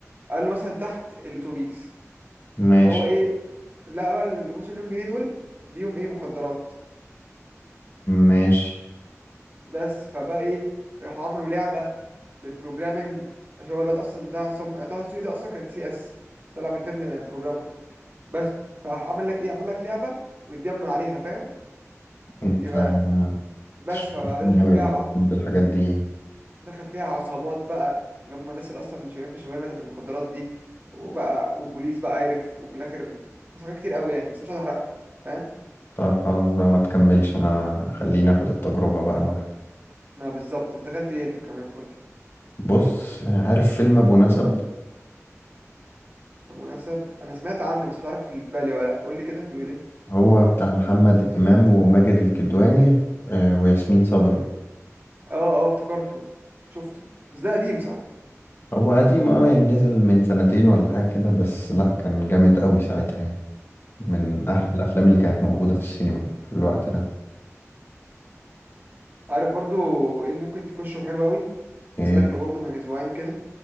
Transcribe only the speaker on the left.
ماشي
ماشي
انت
أنت
شوقتني
قوي
انا
بحب الحاجات دي
طب خلاص بقى ما تكملش انا خليني اخد التجربة بقى لوحدي
بص عارف فيلم ابو نسب
هو بتاع محمد امام وماجد الكدواني آه، وياسمين صبري
هو قديم اه يعني نزل من سنتين ولا حاجة كده بس لا كان جامد قوي ساعتها يعني من
أحلى الأفلام اللي كانت موجودة في السينما في الوقت ده
إيه